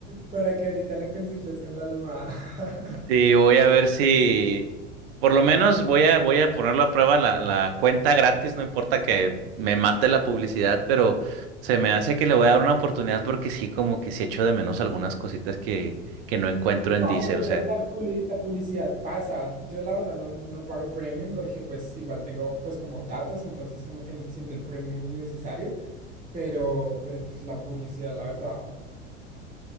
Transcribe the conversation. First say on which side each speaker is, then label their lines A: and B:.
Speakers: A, on the right (about 20°); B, on the right (about 55°).
A: para que ahorita lo consultes con la almohada.
B: Sí,
A: <laughs>
B: voy a ver si por lo menos voy a voy a ponerlo a prueba la, la cuenta gratis, no importa que me mate la publicidad, pero se me hace que le voy a dar una oportunidad porque sí, como que sí echo de menos algunas cositas que, que no encuentro en
A: No,
B: Deezer,
A: pero
B: o
A: mira
B: sea.
A: que la, publi- la publicidad pasa. Yo la verdad no, no pago premium porque pues igual tengo pues como datos, entonces como que siento el premium innecesario, pero, pero pues la publicidad, la verdad,